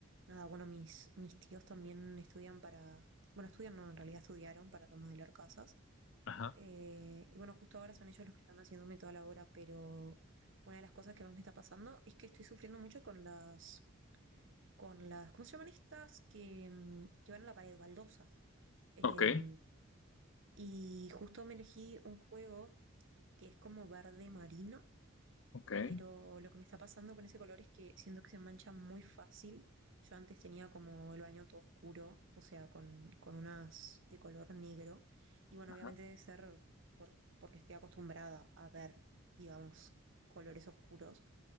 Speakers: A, on the right; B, on the left.
A: nada, bueno, mis, mis tíos también estudian para, bueno, estudian, no, en realidad estudiaron para remodelar casas.
B: Ajá.
A: eh, y bueno, justo ahora son ellos los que están haciéndome toda la obra, pero una de las cosas que más me está pasando es que estoy sufriendo mucho con las, con las, ¿cómo se llaman estas? Que, mm, que van a la pared, baldosas. em,
B: Ok,
A: y justo me elegí un juego que es como verde marino,
B: ok.
A: pero lo que me está pasando con ese color es que siento que se mancha muy fácil. Yo antes tenía como el baño todo oscuro, o sea, con, con unas de color negro. Y bueno,
B: Ajá.
A: obviamente debe ser por, porque estoy acostumbrada a ver, digamos, colores oscuros,